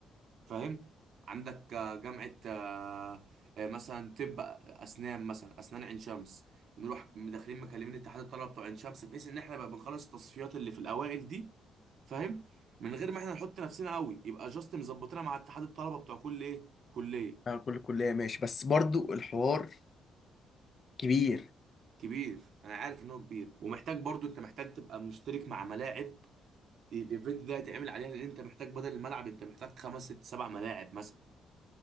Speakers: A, on the right (about 65°); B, on the left (about 45°).
A: فاهم عندك آه، جامعه آه، آه، مثلا طب اسنان مثلا اسنان عين شمس نروح داخلين مكلمين اتحاد الطلبه بتوع عين شمس بحيث ان احنا بقى بنخلص التصفيات اللي في الاوائل دي فاهم من غير ما احنا نحط نفسنا قوي يبقى جاست مظبطينها مع اتحاد الطلبه بتوع كل ايه كليه
B: آه، كل كلية ماشي بس برضو الحوار كبير
A: كبير انا عارف ان هو كبير ومحتاج برضو انت محتاج تبقى مشترك مع ملاعب الايفنت ده هيتعمل عليها لان انت محتاج بدل الملعب انت محتاج خمس ست سبع ملاعب مثلا